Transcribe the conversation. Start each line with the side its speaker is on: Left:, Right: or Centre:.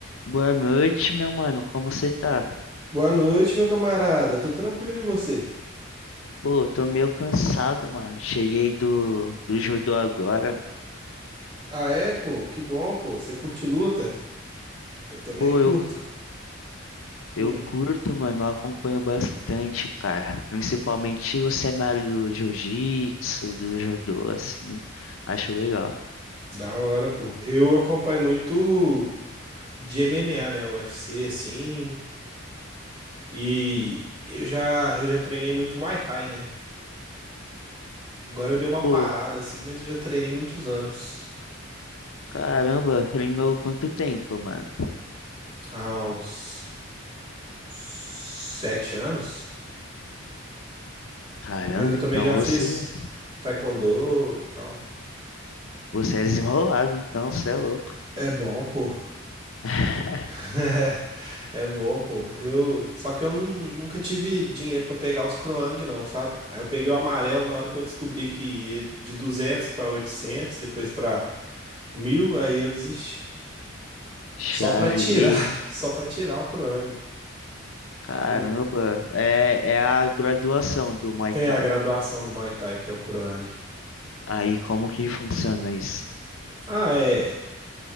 Left: Boa noite, meu mano. Como você tá?
Right: Boa noite, meu camarada. Tô tranquilo e você?
Left: Pô, tô meio cansado, mano. Cheguei do, do judô agora.
Right: Ah, é, pô? Que bom, pô. Você curte luta? Eu também
Left: Pô,
Right: curto.
Left: eu,
Right: Hum,
Left: eu curto, mano. Eu acompanho bastante, cara. Principalmente o cenário do jiu-jitsu, do judô, assim. Acho legal.
Right: da hora, pô. Eu acompanho muito de MMA, né? UFC, assim. E eu já, eu já treinei muito Muay Thai, né? Agora eu dei uma
Left: Pô,
Right: parada, assim, mas eu já treinei muitos anos.
Left: caramba, treinou quanto tempo, mano?
Right: Há uns sete anos.
Left: Caramba,
Right: Mas eu também
Left: então
Right: já
Left: você,
Right: fiz Taekwondo e tal.
Left: você é desenrolado, então você é louco.
Right: É bom, pô.
Left: <laughs>
Right: <laughs> É bom, pô. Eu, só que eu nun- nunca tive dinheiro pra pegar os Croang, não, sabe? Aí eu peguei o amarelo na hora que eu descobri que ia de 200 pra 800, depois pra 1000, aí eu desisti.
Left: Chave
Right: Só pra tirar,
Left: e
Right: <laughs> só pra tirar o Croang.
Left: caramba,
Right: Hum.
Left: é, é a graduação do Muay
Right: É
Left: Thai.
Right: a graduação do Muay Thai que é o Croang.
Left: Aí como que funciona isso?
Right: Ah, é